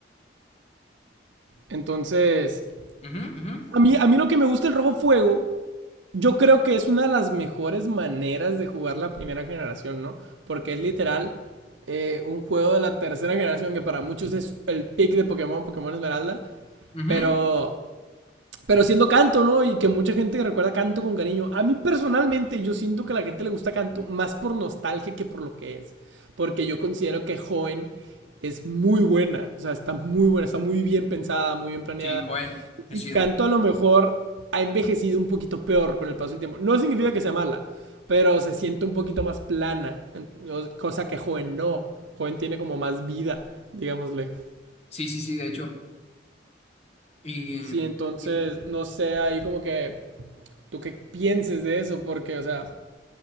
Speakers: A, on the right; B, on the left.
A: Entonces,
B: Ujú, ujú,
A: a mí, a mí lo que me gusta el Rojo Fuego, yo creo que es una de las mejores maneras de jugar la primera generación, ¿no? Porque es literal eh, un juego de la tercera generación que para muchos es el pick de Pokémon, Pokémon Esmeralda,
B: ujú.
A: pero... Pero siendo canto, ¿no? Y que mucha gente recuerda canto con cariño. A mí personalmente yo siento que a la gente le gusta canto más por nostalgia que por lo que es. Porque yo considero que joven es muy buena. O sea, está muy buena, está muy bien pensada, muy bien planeada.
B: Sí, joven, me
A: Y
B: chida.
A: canto a lo mejor ha envejecido un poquito peor con el paso del tiempo. No significa que sea mala, pero se siente un poquito más plana. Cosa que joven no. Joven tiene como más vida, digámosle.
B: Sí, sí, sí, de hecho. Y, eh,
A: Sí, entonces,
B: y
A: no sé, ahí como que tú qué pienses de eso, porque, o sea,